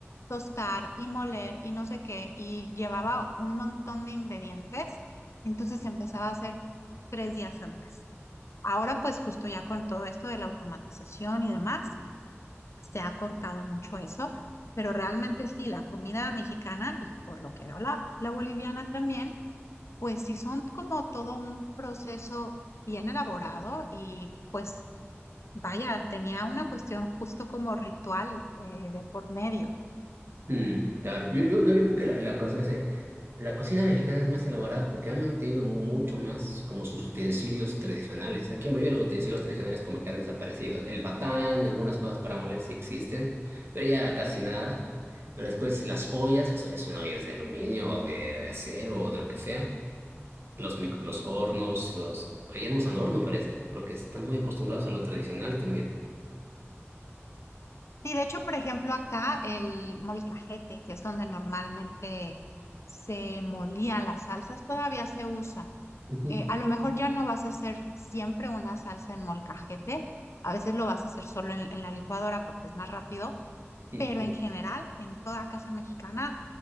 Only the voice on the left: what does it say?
tostar y moler y no sé qué y llevaba un montón de ingredientes, entonces se empezaba a hacer tres días antes. Ahora pues justo ya con todo esto de la automatización y demás se ha cortado mucho eso, pero realmente sí, la comida mexicana y por lo que veo la, la boliviana también, pues sí son como todo un proceso bien elaborado y pues vaya, tenía una cuestión justo como ritual eh, de por medio.
Sí, de hecho, por ejemplo, acá el molcajete, que es donde normalmente se molían las salsas, todavía se usa.
eh, a lo mejor ya no vas a hacer siempre una salsa en molcajete, a veces lo vas a hacer solo en, en la licuadora porque es más rápido,
pero
en general, en toda casa mexicana,